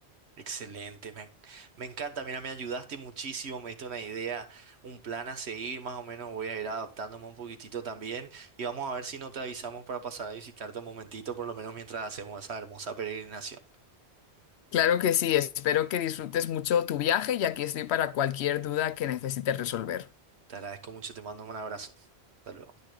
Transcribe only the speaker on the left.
Claro que sí, espero que disfrutes mucho tu viaje y aquí estoy para cualquier duda que necesites resolver.